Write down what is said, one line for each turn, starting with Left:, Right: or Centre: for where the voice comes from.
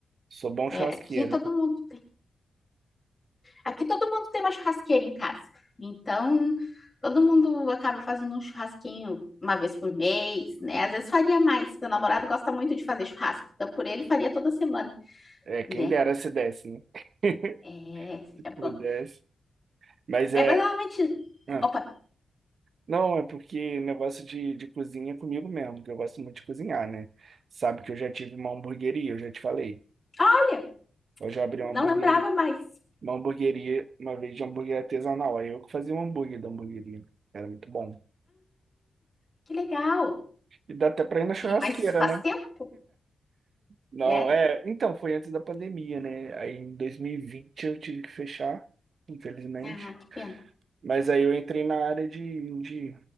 Right: Sou bom
Left: É,
Right: churrasqueiro.
Left: aqui todo mundo, aqui todo mundo tem uma churrasqueira em casa. Então, todo mundo acaba fazendo um churrasquinho uma vez por mês, né? Às vezes faria mais. Meu namorado gosta muito de fazer churrasco, então por ele faria toda semana,
Right: É, quem
Left: né?
Right: dera se desse, né? <laughs>
Left: É,
Right: Se
Left: é bom.
Right: pudesse. Mas
Left: É,
Right: é.
Left: mas normalmente,
Right: ah,
Left: opa,
Right: Não, é porque negócio de, de cozinha é comigo mesmo, que eu gosto muito de cozinhar, né? Sabe que eu já tive uma hamburgueria, eu já te falei.
Left: olha,
Right: Eu já abri uma
Left: não
Right: hamburgueria,
Left: lembrava mais.
Right: uma hamburgueria, uma vez de hambúrguer artesanal. Aí eu que fazia o hambúrguer da hamburgueria. Era muito bom.
Left: Que legal.
Right: E dá até pra ir na churrasqueira,
Left: E, mas isso faz
Right: né?
Left: tempo,
Right: Não,
Left: né?
Right: é. Então, foi antes da pandemia, né? Aí em 2020 eu tive que fechar, infelizmente.
Left: Ah, que pena.
Right: Mas aí eu entrei na área de, de